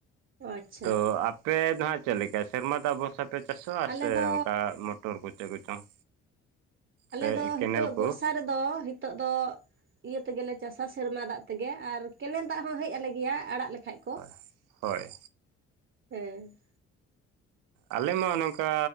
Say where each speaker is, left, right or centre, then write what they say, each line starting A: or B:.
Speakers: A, on the right; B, on the right.
A: ᱚ ᱟᱪᱪᱷᱟ
B: ᱛᱚ ᱟᱻ ᱟᱯᱮ ᱫᱚ ᱦᱟᱸᱜ ᱪᱮᱫ ᱞᱮᱠᱟ ᱥᱮᱨᱢᱟ ᱫᱟᱜ ᱵᱷᱚᱨᱥᱟ ᱯᱮ ᱪᱟᱥᱚᱜᱼᱟ
A: ᱟᱞᱮ
B: ᱥᱮ
A: ᱫᱚ
B: ᱚᱝᱠᱟ ᱢᱚᱴᱚᱨ ᱠᱚ ᱪᱮ ᱠᱚᱪᱚᱝ
A: ᱟᱞᱮ
B: ᱥᱮ
A: ᱫᱚ
B: ᱠᱮᱱᱮᱞ
A: ᱦᱤᱛᱳᱜ
B: ᱠᱚ
A: ᱵᱚᱨᱥᱟ ᱨᱮ ᱫᱚ ᱦᱤᱛᱳᱜ ᱫᱚ ᱤᱭᱟᱹ ᱛᱮᱜᱮ ᱞᱮ ᱪᱟᱥᱟ ᱥᱮᱨᱢᱟ ᱫᱟᱜ ᱛᱮᱜᱮ ᱟᱨ ᱠᱮᱱᱮᱞ ᱫᱟᱜ ᱦᱚᱸ ᱦᱮᱡ ᱟᱞᱮ ᱜᱮᱭᱟ ᱟᱲᱟᱜ ᱞᱮᱠᱷᱟᱡ
B: ᱦᱚᱭ ᱦᱳᱭ
A: ᱦᱮᱸᱻ
B: ᱟᱞᱮ ᱢᱟ ᱱᱚᱠᱟ